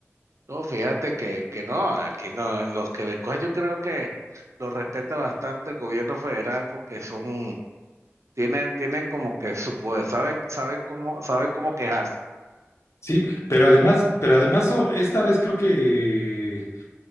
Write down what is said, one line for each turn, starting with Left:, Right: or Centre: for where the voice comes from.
Right: No, fíjate que, que no, aquí no, los quebecos yo creo que los respeta bastante el gobierno federal porque son, tienen, tienen como que su poder, saben, saben cómo, saben cómo quejarse.
Left: Sí, pero además, pero además oh, esta vez creo que